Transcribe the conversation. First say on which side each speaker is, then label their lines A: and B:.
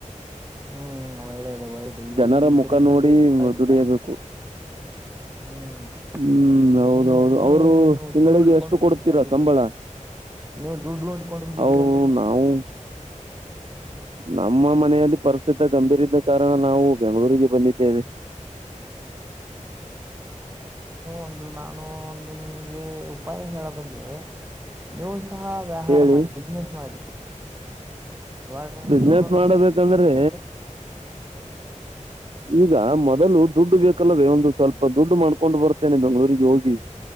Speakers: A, on the right (about 15°); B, on the right (about 45°).
A: ಹ್ಮ್ ಒಳ್ಳೇದು ಒಳ್ಳೇದು ಈ
B: ಜನರ
A: ರೀತಿ ಇದ್ರೆ
B: ಮುಖ ನೋಡಿ
A: ನಂಗೆ ತುಂಬಾ ಇಷ್ಟ
B: ದುಡಿಯಬೇಕು
A: ಹ್ಮ್
B: ಹ್ಮ್
A: ಈಗೆ
B: ಹೌದೌದು
A: ನೀವು ನೀವು
B: ಅವರು
A: ಹೇಗೆ
B: ತಿಂಗಳಿಗೆ
A: ನೋಡಿಕೊಂಡು
B: ಎಷ್ಟು
A: ಹೋಗಿದ್ದೀರಾ
B: ಕೊಡ್ತೀರಾ
A: ಅಲ್ಲಿಗೆ
B: ಸಂಬಳ
A: ನೀವು ದುಡ್ಡು ನೋಡ್ಕೊಂಡು ಹೋಗಿದ್ದೀರಿ
B: ಅವರು
A: ಅಲ್ಲಿಗೆ
B: ನಾವು ನಮ್ಮ ಮನೆಯಲ್ಲಿ ಪರಿಸ್ಥತಿ ಗಂಭೀರ್ದ ಕಾರಣ ನಾವು ಬೆಂಗಳೂರಿಗೆ ಬಂದಿದ್ದೇವೆ <inaudible>
A: ಒ ನಾನು ಒಂದು ನಿಮಗೆ ಉಪಾಯ ಹೇಳಬಲ್ಲೆ ನೀವು ಸಹ ವ್ಯವಹಾರ
B: ಹೇಳಿ
A: ಮಾಡಿ ಬಿಸ್ನೆಸ್ ಮಾಡಿ ಇವಾಗ ಒಂದು
B: ಬಿಸ್ನೆಸ್
A: ನಾಲ್
B: ಮಾಡಬೇಕಂದ್ರೆ
A: ನಾಲ್ಕೈತ
B: ಈಗ ಮೊದಲು ದುಡ್ಡು ಬೇಕಲ್ಲವೇ ಒಂದು ಸ್ವಲ್ಪ ದುಡ್ಡು ಮಾಡ್ಕೊಂಡು ಬರ್ತೇನೆ ಬೆಂಗಳೂರಿಗೆ ಹೋಗಿ